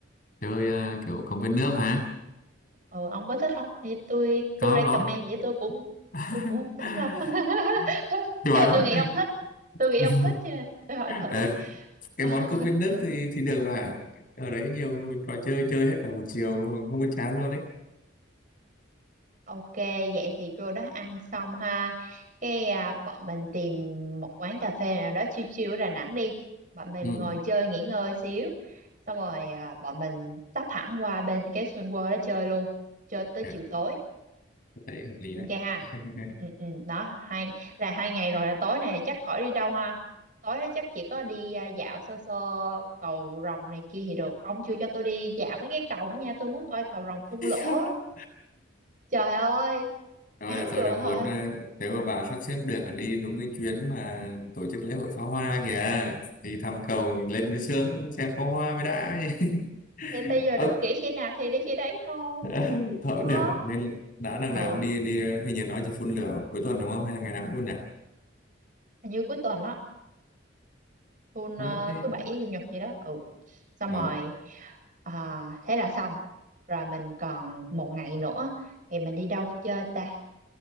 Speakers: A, on the left; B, on the right.
A: chơi à, kiểu công viên nước hả
B: ừ, ông có thích không thì tôi
A: có
B: tôi recommend
A: có
B: vậy tôi cũng
A: <laughs>
B: tôi cũng không thích lắm <laughs>
A: Thì bảo
B: nhưng mà tôi nghĩ ông thích tôi nghĩ
A: <laughs>
B: ông thích cho nên tôi hỏi
A: Ờ,
B: thử
A: cái
B: <laughs>
A: món cốc viên nước thì thì được mà ở đấy nhiều trò chơi chơi hết cả một chiều không có chán luôn đấy
B: ok vậy thì cô đó ăn xong ha cái à, bọn mình tìm một quán cà phê nào đó chill chill ở Đà Nẵng đi bọn mình
A: ừ
B: ngồi chơi nghỉ ngơi xíu xong rồi à, bọn mình tấp hẳn qua bên cái Sun World đó chơi luôn chơi tới
A: dạ,
B: chiều tối
A: tôi thấy hợp lý
B: ok
A: đấy
B: ha
A: <laughs>
B: ừ, ừ, đó hai là hai ngày rồi là tối này chắc khỏi đi đâu ha tối đó chắc chỉ có đi à, dạo sơ sơ cầu rồng này kia thì được ông chưa cho tôi đi dạo mấy cái cầu nha tôi muốn coi cầu rồng phun lửa
A: Không đâu.
B: trời ơi
A: Thôi
B: ác
A: là tôi
B: vừa
A: đang
B: thôi
A: muốn ờ, nếu mà bà sắp xếp được là đi đúng cái chuyến mà tổ chức lễ hội pháo hoa kìa đi thăm cầu lên mới sướng xem pháo hoa mới đã <laughs>
B: thì bây giờ
A: ừ.
B: được nghỉ khi nào thì đi khi đấy thôi
A: <laughs> thôi
B: đó
A: cũng được lên đã đằng
B: ừ
A: nào cũng đi đi ờ, hình như nói chỉ phun lửa cuối tuần đúng không hay là ngày nào cũng phun nhỉ
B: hình như cuối tuần đó tuần
A: ờ
B: ờ,
A: thế
B: thứ bảy chủ nhật gì đó ừ xong
A: ờ
B: rồi ờ, thế là xong rồi mình còn một ngày nữa thì mình đi đâu chơi ta